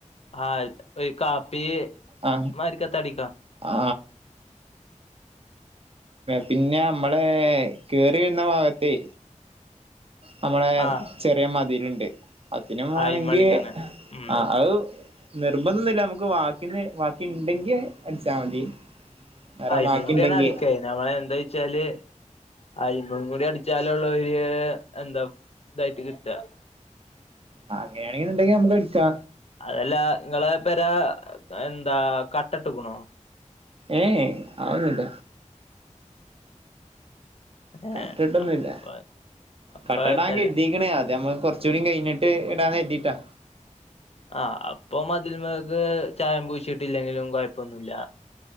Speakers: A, on the left; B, on the right.
A: ആഹ് ഒരു കാപ്പി
B: ആ
A: മാരിക്കാത്തടിക്ക
B: ആ പിന്നെ നമ്മള് കേറി വരുന്ന ഭാഗത്തേ നമ്മടെ
A: ആഹ്
B: ചെറിയ മതിര്ണ്ട് അതിനും വേണെങ്കിൽ
A: അയിമ അടിക്കാന് ഉം
B: ആ അത് നിർബന്ധമൊന്നുമില്ല നമുക്ക് വാക്കി ഇണ്ടങ്കിൽ അടിച്ചാൽ മതി വേറെ
A: അയ്മീ
B: ബാക്കിണ്ടെങ്കി
A: കുടി അടിക്കായിന്നുനമ്മള് എന്താ വെച്ചാല് ആ ഇവെടെം കൂടി അടിച്ചാലുള്ള ഒരു എന്താ ഇതായിട്ട് കിട്ട്ക.
B: ആ അങ്ങനെയാണെണ്ടെങ്കി നമ്മക്ക് ഇട്ക്കാ
A: അതല്ല നിങ്ങളെ പെര എന്താ കട്ട ഇട്ട് ക്ക്ണോ
B: ഏഹ് ആന്നുല്ല
A: ഏഹ്
B: കട്ടിട്ടൊന്നുമില്ല
A: അപ്പ അപ്പഴത്തല്ല
B: കട്ടടാൻ കെര്തീക്ക്‌ണ് അത് നമ്മ കൊറ കൊറച്ച് കൂടി കയിഞ്ഞിട്ട് ഇടാന്ന് കരുതീട്ടാ
A: ആഹ് അപ്പം മതിൽമേക്ക് ചായം പൂശിട്ടില്ലെങ്കിലും കൊഴപ്പൊന്നുമില്ല.